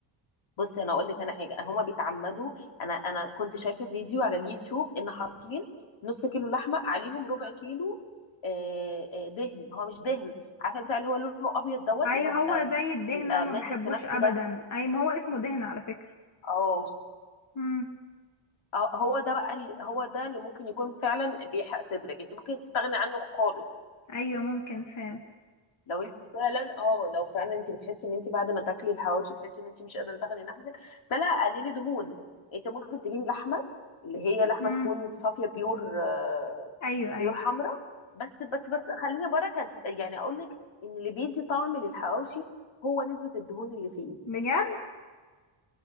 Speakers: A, on the left; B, on the left.
A: بصي انا اقول لك انا حاجه هم بيتعمدوا انا انا كنت شايفه فيديو على اليوتيوب ان حاطين نص كيلو لحمه عليهم ربع كيلو آه، آه، دهن هو مش دهن عارفه بتاع اللي هو لونه ابيض دوت
B: اي
A: اللي هو
B: هو
A: بيبقى
B: زي الدهنة
A: بيبقى
B: ما
A: ماسك
B: بحبوش
A: في نفسه
B: ابدا
A: ده
B: اي ما هو اسمه دهنة على فكرة
A: اه
B: مم.
A: اه هو ده بقى اللي هو ده اللي ممكن يكون فعلا بيحرق صدرك انت ممكن تستغني عنه خالص
B: ايوه ممكن فعلا
A: لو انت فعلا اه لو فعلا انت بتحسي ان انت بعد ما تاكلي الحواوشي تحسي ان انت مش قادره تاخدي نفسك فلا قللي دهون انت ممكن تجيبي لحمه اللي هي لحمه
B: مم.
A: تكون صافيه بيور آه،
B: ايوه ايوه
A: بيور حمراء بس بس بس خليني بركه يعني اقول لك ان اللي بيدي طعم للحواوشي هو نسبه الدهون اللي فيه
B: بجد